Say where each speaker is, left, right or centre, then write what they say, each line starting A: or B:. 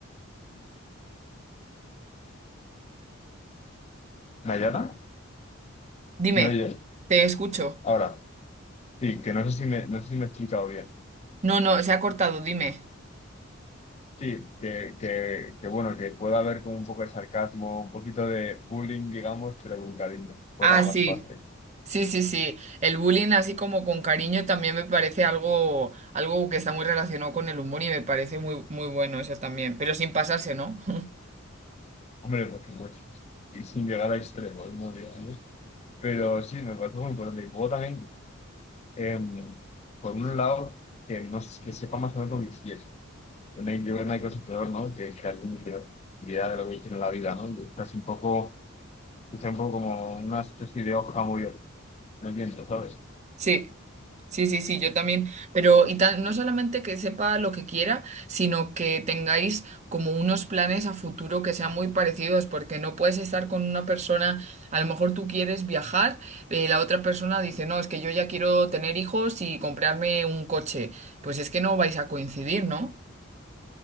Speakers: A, on the left; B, on the right.
A: ¿Nayara?
B: Dime,
A: ¿Me oye?
B: te escucho.
A: Ahora, sí, que no sé si me, no sé si me he explicado bien.
B: No, no, se ha cortado, dime.
A: Sí, que, que, que bueno, que pueda haber como un poco de sarcasmo, un poquito de bullying, digamos, pero con cariño, por
B: Ah,
A: ambas
B: sí.
A: partes.
B: Sí, sí, sí. El bullying así como con cariño también me parece algo, algo que está muy relacionado con el humor y me parece muy, muy bueno eso también, pero sin pasarse, ¿no? <laughs>
A: Hombre, por supuesto. Y sin llegar a extremos, ¿no? Digamos. Pero sí, me parece muy importante. Y luego también, em, por un lado, que, no, s- que sepa más o menos lo que quiere. Bueno, Yo creo que no hay cosa peor, ¿no? Que, que alguien tiene idea de lo que quiere en la vida, ¿no? Que es casi un poco, que sea un poco como una especie de hoja muy no entiendo ¿sabes?
B: Sí, sí, sí, sí, yo también. Pero y tan- no solamente que sepa lo que quiera, sino que tengáis como unos planes a futuro que sean muy parecidos, porque no puedes estar con una persona, a lo mejor tú quieres viajar, eh, la otra persona dice, no, es que yo ya quiero tener hijos y comprarme un coche. Pues es que no vais a coincidir, ¿no?